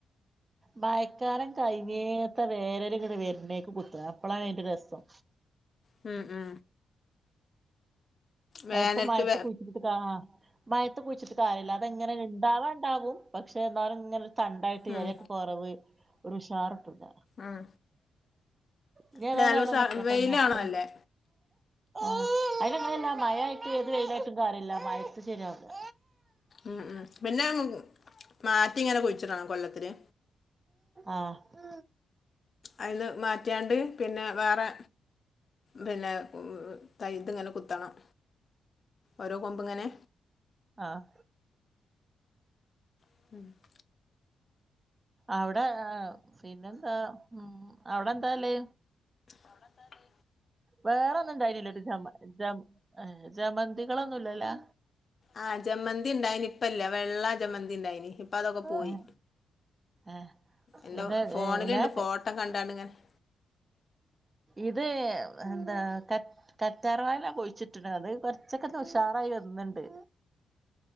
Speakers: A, on the right (about 35°); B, on the left (about 50°).
A: മയക്കാലം കയ്ഞ്ഞേ ഇപ്പ വേനലിങ്ങ്ട് വെരനെയ്ക്ക് കുത്ത അപ്പളാണയ്ന്റെ രസം.
B: അ ആ വേനൽക്ക്
A: ഇപ്പ മയത്ത്
B: വേ
A: കുയ്ച്ചിട്ട് കാ ആ മയത്ത് കുഴിച്ചിട്ട് കാര്യല്ല. ഇപ്പ ഇങ്ങനെ ഇണ്ടാവാ ഇണ്ടാവും പക്ഷെ ഇന്നാലും ഇങ്ങനെ തണ്ടായ്ട്ട്
B: ഉം
A: എലക്കെ കൊറവ്- ഒരുഷാറ്ട്ടുല്ല
B: ഉം
A: ഇനി ഏതായാലും
B: അല്ല, നല്ല
A: അവിടെ ന്നിക്കട്ടെ
B: വെയിലാണല്ലേ
A: ഇങ്ങത്തെ. ആ അയ്ന്ങ്ങനല്ല മഴയായ്ട്ട് ഏത് വെയ്ലായിട്ടും കാര്യല്ല മഴയ്ത്ത് ശെരിയാവില്ല
B: അ ആ പിനേം മാറ്റിങ്ങനെ കുഴിച്ചിടണം കൊല്ലത്തില്.
A: ആഹ്
B: അയ്ന്ന് മാറ്റ്യാണ്ട്. പിനെ വേറെ പിനെ തൈത്ത് ഇങ്ങനെ കുത്തണം. ഓരോ കൊമ്പ് ഇങ്ങനെ.
A: ആഹ്
B: <inaudible>
A: അവടെ ഏ പിനെന്താ ഉം അവടെന്താള്.
B: അവടെന്താള്.
A: വേറെ ഒന്നുംണ്ടായില്ലല്ലോ ഒര് ജമ ജമ ജമന്തികളൊന്നുല്ലല്ലോ.
B: ആഹ് ജമന്തിണ്ടായിന് ഇപ്പല്ല വെള്ള ജമന്തി ഇണ്ടായ്നി. അപ്പതൊക്കെ പോയി
A: ഏഹ് ഏഹ്
B: എന്റോ
A: പിന്നെ
B: ഫോണില്ണ്ട്
A: ഏഹ്
B: ഫോട്ടോ കണ്ടാണ്ട്ങ്ങനെ-
A: ഇത് എന്താ കറ്റ കറ്റാർവാഴ ഞാ കുഴിച്ചിട്ട്ണ്ട്. പിനത് കൊറച്ചൊക്കെ ന്ന് ഉഷാറായി വന്ന്ണ്ട്